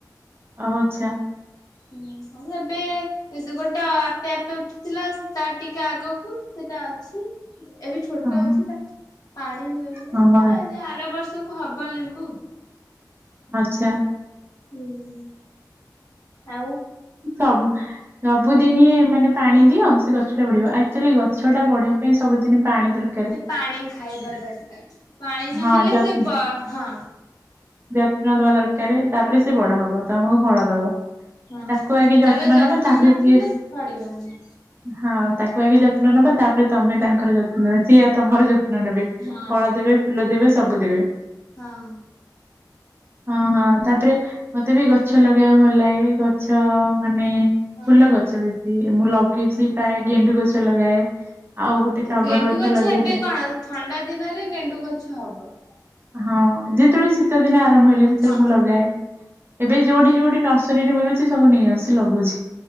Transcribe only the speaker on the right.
ଅ ଚ୍ଛା।
ହଁ
ହଁ
ଆଚ୍ଛା।
<inaudible> ସବୁଦିନି ମାନେ ପାଣି ଦିଅ ସେ ଗଛଟା ବଢିବ, ଆକ୍ଚୁଆଲି ଗଛଟା ବଢିବା ପାଇଁ ସବୁଦିନ ପାଣି ଦର
ହଁ ଯତ୍ନ
ଯତ୍ନ ଦବା ଦରକାରେ ତାପରେ ସେ ବଡ ହବ, ତମକୁ ଫଳ ଦବ।
ତାକୁ ଆଗେ
ନବା ତାପରେ
ସିଏ
ହଁ, ତାକୁ ଆଗେ ଯତ୍ନ ନବା ତାପରେ ତମେ ତାଙ୍କର ଯତ୍ନ ନବ, ସିଏଆ ତମର ଯତ୍ନ ନେବେ।
ଫଳ ଦେବେ ଫୁଲ ଦେବେ ସବୁ ଦେବେ।
ହଁ, ହଁ, ତାପରେ ମତେ ବି ଗଛ ଲଗେଇବାକୁ ଭଲ ଲାଗେ, ଗଛ ମାନେ ଫୁଲ
ଗଛ ବେଶୀ, ମୁଁ ଲଗେଇଛି ପ୍ରାୟ ଗେଣ୍ଡୁ ଗଛ ଲଗାଏ। ଆଉ ଗୋଟେ ଟଗର
ଲଗେଇଥିଲି
ହଁ, ଯେତେବେଳେ ଶୀତ ଦିନ ଆରମ୍ଭ ହେଲେ ସେତେବେଳେ
ମୁଁ ଲଗାଏ, ଏବେ ଯୋଉଠି
ଯୋଉଠି ନର ସରୀରେ ମିଳୁଛି ସବୁ ନେଇ ଆସି ଲଗୁଛି।